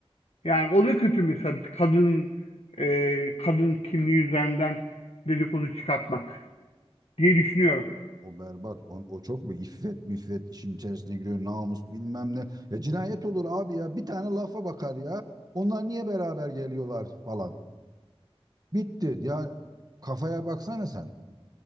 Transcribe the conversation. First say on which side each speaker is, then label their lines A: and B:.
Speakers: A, on the left; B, on the right.
A: Yani o da kötü mesela kadın e, kadın kimliği üzerinden dedikodu çıkartmak diye düşünüyorum.
B: O berbat. O, o çok mu? İffet müffet işin içerisine giriyor. Namus bilmem ne. Ya cinayet olur abi ya. Bir tane lafa bakar ya. Onlar niye beraber geliyorlar falan. Bitti. Ya kafaya baksana sen.